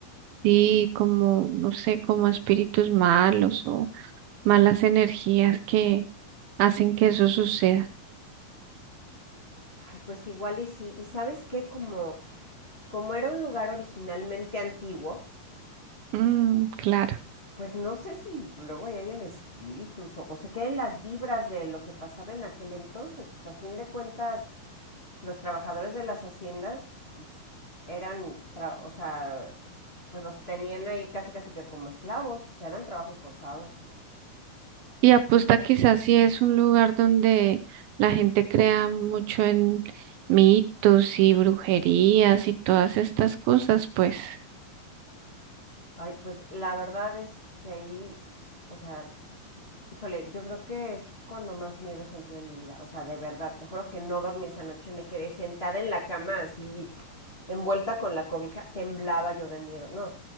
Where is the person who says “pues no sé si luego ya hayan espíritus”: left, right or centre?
Left